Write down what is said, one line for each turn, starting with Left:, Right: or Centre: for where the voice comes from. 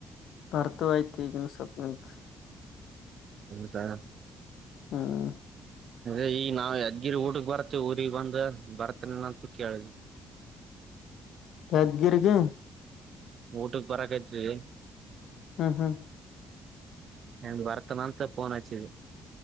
Left: ಬರ್ತು ಆಯ್ತು ಈಗಿನಸೊಪ್ ನಿಂತ <unintelligible>
Right: ಹಊದಾ <unintelligible>
Left: ಹಾ <unintelligible>
Right: ಅ ಈ ನಾವವು ಯಜ್ಗಿರಿ ಊಡ್ಗ್ ಬರ್ತೇವಿ ಊಗ್ ಬಂದ ಬರ್ತನನಂತ ಕೇಳುದು <unintelligible>
Left: ಕದಗೀರಿಗೆ <unintelligible>
Right: ಊಟಕ್ಕೆ ಬರಕ್ <unintelligible> ತ್ರಿ
Left: ಹ್ಮ ಹ್ಮ <unintelligible>
Right: ಎ ವರ್ತಮಾನಂತ ಫೋನಚಿನ್ನಿ <unintelligible>